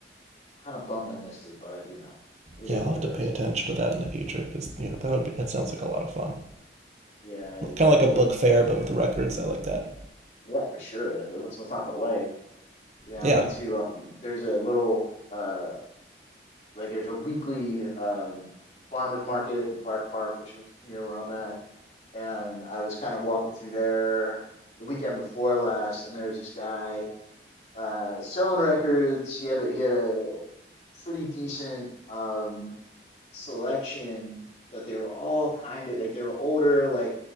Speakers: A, on the left; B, on the right.
A: kind of bummed I missed it, but I, you know, it
B: Yeah,
A: is
B: I'll
A: what
B: have
A: it
B: to
A: is.
B: pay attention to that in the future because yeah, that would be that sounds like a lot of fun.
A: Yeah,
B: Kind
A: I,
B: of like
A: I went.
B: a book fair, but with records. I like that.
A: Yeah, for sure. What's what's not to like? Yeah,
B: Yeah.
A: I went to um, there's a little uh like there's a weekly um farmers market in Clark Park, which is near where I'm at, and I was kind of walking through there the weekend before last, and there was this guy uh selling records. He had a he had a pretty decent um selection, but they were all kind of like they were older, like